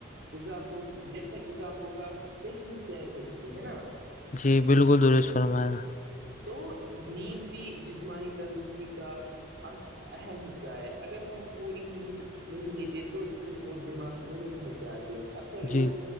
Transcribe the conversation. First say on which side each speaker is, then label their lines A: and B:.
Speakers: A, on the right; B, on the left.
A: غذا ہوگی جیسا غذا ہوگا ویسی ہی صحت ہوتی ہے نا
B: جی بالکل دریش فرمایا
A: تو نیند بھی جسمانی تندرستی کا اہم حصہ ہے اگر ہم پوری ن نہیں لیتے تو جسم اور دماغ دونوں تھک جاتے اکثر لوگ
B: جی